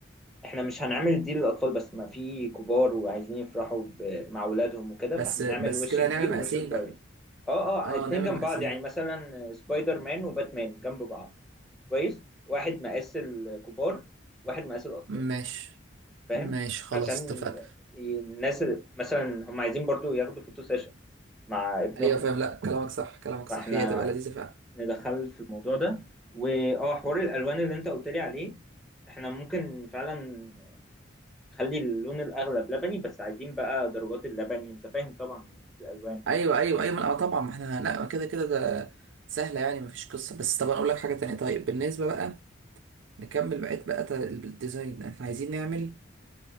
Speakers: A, in the centre; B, on the right (about 80°).
A: احنا مش هنعمل دي للاطفال بس ما في كبار وعايزين يفرحوا ب... مع اولادهم وكده
B: بس
A: فهنعمل
B: بس
A: وش
B: كده
A: كبير
B: هنعمل مقاسين
A: ووش صغير
B: بقى
A: اه
B: اه
A: اه اتنين
B: نعمة
A: جنب
B: مقاسية
A: بعض يعني مثلا سبايدر مان وباتمان جنب بعض كويس واحد مقاس الكبار واحد مقاس الاطفال
B: ماشي
A: فاهم
B: ماشي خلاص
A: عشان
B: اتفقنا
A: ي- الناس مثلا هم عايزين برضو ياخدوا فوتو سيشن مع ابنهم
B: ايوه فاهم لا كلامك صح كلامك
A: فاحنا
B: صح هي تبقى لذيذة فعلا
A: ندخله في الموضوع ده واه حوار الالوان اللي انت قلت لي عليه احنا ممكن فعلا نخلي اللون الاغلب لبني بس عايزين بقى درجات اللبني انت فاهم طبعا الالوان
B: ايوه ايوه ايوه لا طبعا ما احنا لا كده كده ده سهلة يعني مفيش قصة بس طبعا اقول لك حاجة تانية طيب بالنسبة بقى نكمل بقية بقى تا- الديزاين احنا عايزين نعمل